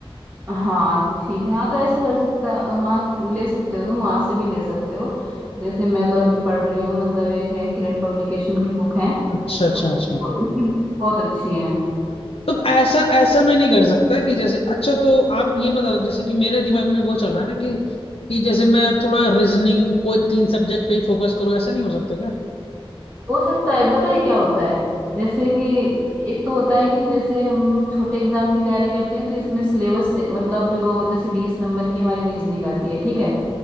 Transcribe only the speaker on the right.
हाँ ठीक है हाँ तो ऐसे कर सकता हाँ ले सकते हो तुम वहां से भी ले सकते हो जैसे मैं तो अभी पढ़ रही हूँ मतलब एक है किरण पब्लिकेशन की बुक है
अब
तो इनकी book बहुत अच्छी है
हो सकता है पता है क्या होता है जैसे कि एक तो होता है कि जैसे हम छोटे एग्जाम की तैयारी करते हैं तो इसमें सिलेबस से मतलब जो जैसे बीस नंबर की हमारी रीजनिंग आती है ठीक है